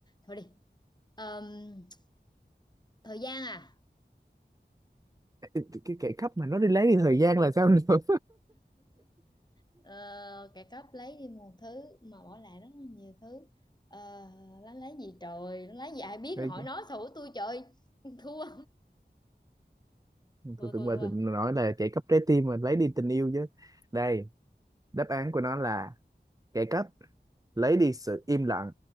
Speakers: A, on the left (about 25°); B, on the right (about 20°).
A: thôi đi Ờm, thời gian à
B: <laughs> cái, cái kẻ cắp mà nó đi lấy đi thời gian là sao nữa <laughs>
A: Ờ, kẻ cắp lấy đi một thứ mà bỏ lại rất là nhiều thứ Ờ, nó lấy gì trời nó lấy gì ai biết
B: Đây,
A: nó hỏi
B: cái-
A: nó xù tôi trời <laughs> thua thua
B: tôi
A: thua
B: tưởng bà
A: thua
B: định nói là kẻ cắp trái tim mà lấy đi tình yêu chứ đây đáp án của nó là kẻ cắp lấy đi sự im lặng